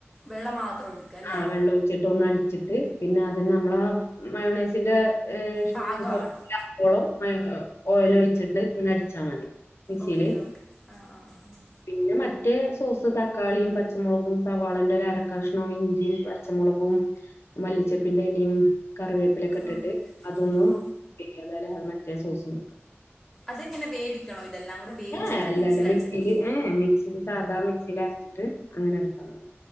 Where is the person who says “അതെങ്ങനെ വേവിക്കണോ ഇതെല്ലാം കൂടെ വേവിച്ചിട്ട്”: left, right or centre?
Centre